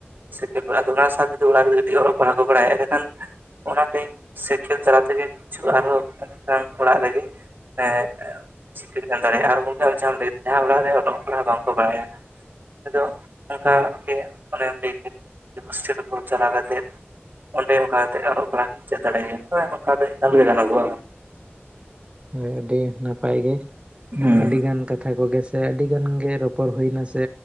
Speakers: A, on the right; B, on the right.
A: ᱥᱮᱛᱟᱜ ᱵᱟᱲᱟ ᱫᱚ ᱚᱱᱟ ᱥᱟᱶ ᱡᱩᱫᱤ ᱚᱲᱟᱜ ᱨᱮ ᱜᱤᱛᱤᱪ ᱜᱚᱲᱚᱜ ᱠᱟᱱᱟ ᱠᱚ ᱵᱟᱲᱟᱭᱟ ᱮᱸᱰᱮᱠᱷᱟᱱ ᱚᱱᱟ ᱴᱟᱭᱤᱢ ᱥᱮ ᱠᱷᱮᱞ ᱪᱟᱞᱟ ᱛᱮᱜᱮ ᱠᱤᱪᱷᱩ ᱟᱨᱦᱚᱸ ᱢᱤᱫ ᱚᱲᱟᱜ ᱨᱮᱜᱮ ᱮᱸᱜ ᱥᱤᱠᱟᱹᱜ ᱠᱟᱱ ᱫᱟᱲᱮᱭᱟᱜᱼᱟ ᱟᱨ ᱜᱚᱢᱠᱮ ᱟᱢ ᱡᱟᱦᱟᱸᱢ ᱡᱟᱦᱟᱸ ᱚᱲᱟᱜ ᱨᱮ ᱚᱞᱚᱜ ᱯᱟᱲᱦᱟᱜ ᱵᱟᱝᱠᱚ ᱵᱟᱲᱟᱭᱟ ᱟᱫᱚ ᱚᱝᱠᱟᱜᱮ ᱚᱱᱮᱢ ᱞᱟᱹᱭ ᱠᱮᱫ ᱦᱳᱥᱴᱮᱞ ᱠᱚ ᱪᱟᱞᱟᱣ ᱠᱟᱛᱮᱫ ᱚᱸᱰᱮ ᱚᱱᱠᱟ ᱠᱟᱛᱮ ᱚᱞᱚᱜ ᱯᱟᱲᱦᱟᱜ ᱮᱢ ᱪᱮᱫ ᱫᱟᱲᱮᱟᱭᱟ, ᱦᱳᱭ ᱚᱱᱠᱟ ᱫᱚ ᱮᱠᱟᱟᱹᱞ ᱜᱮ ᱜᱟᱱᱚᱜᱼᱟ᱾
B: ᱦᱳᱭ ᱟᱹᱰᱤ ᱱᱟᱯᱟᱭ ᱜᱮ
A: ᱦᱩᱸ
B: ᱟᱹᱰᱤ ᱜᱟᱱ ᱠᱟᱛᱷᱟ ᱠᱚᱜᱮ ᱥᱮ ᱟᱹᱰᱤ ᱜᱟᱱ ᱜᱮ ᱨᱚ ᱯᱚᱲ ᱦᱩᱭᱱᱟ ᱥᱮ